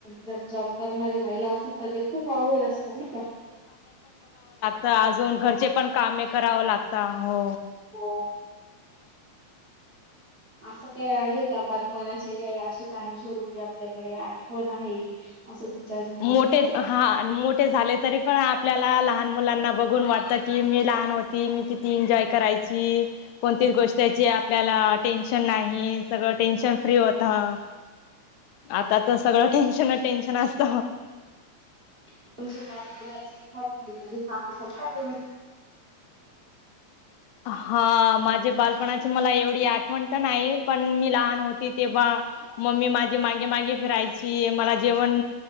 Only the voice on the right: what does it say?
जर जॉब करणारी महिला असेल तर ते खूप अवघड असतं नाहि का?
हो असं काय आहे का बालपणाचे काय अशी कायम स्वरूपी आपल्याकडे आठवण आहे. असं तुमच्या जीवनात
घडलेलं आहे
तुमच्या बालपणाची एखादी <unintelligible> तुम्ही सांगू शकता तुम्ही?